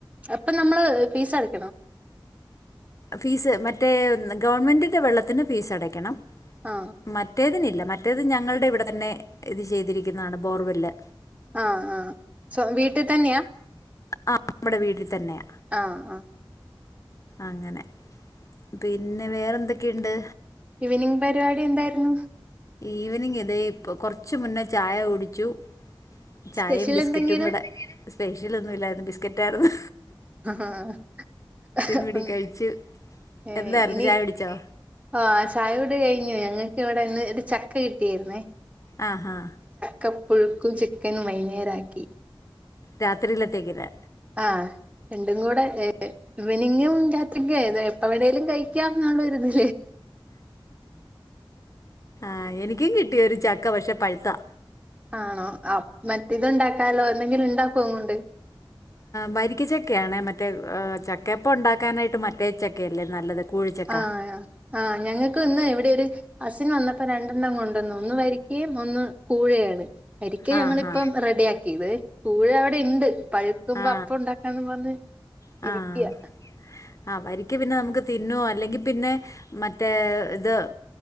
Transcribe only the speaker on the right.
അപ്പൊ നമ്മള് ഫീസ് അടക്കണം
ആ
ആ ആ സ്വ വീട്ടിൽ തന്നെയാ
ആഹ ആഹ.
ഈവനിങ് പരിപാടി എന്തായിരുന്നു
സ്പെഷ്യൽ
എന്തെങ്കിലും
ആ
ഏ
ഇനി
ആ ചായോടി കഴിഞ്ഞു ഞങ്ങക്ക് ഇവിടെന്ന് ചക്ക കിട്ടിയായിരുന്നേ
കപ്പുഴുക്കും ചിക്കനും വൈുന്നേരക്കി
ആ രണ്ടും കൂടെ ഈവനിങ്ങും എപ്പ വേണേലും കഴിക്കാം <unintelligible> ഉള്ളതില്
ആണോ മറ്റേത് ഇത്ണ്ടാക്കാലോ എന്തെങ്കിലും ഉണ്ടാക്കോ അങ്ങോണ്ട്
ആഹ ആഹ് ഞങ്ങൾക്ക് ഇന്ന് ഇ വിടൊരു ഒരു കസിൻ വന്ന പ്പ രണ്ടെണ്ണം കൊണ്ടുവന്ന് ഒന്ന് വരിക്കകയും ഒന്ന് കൂഴയാണ് വരിക്ക
ഞങ്ങളിപ്പം
റെഡി ആക്കിയത് കൂ ഴ അവിടെ ഉണ്ട് പഴുക്കുമ്പോ
അപ്പ ഉണ്ടാക്കാന്നും പറഞ്ഞ്
ഇരിക്കയാ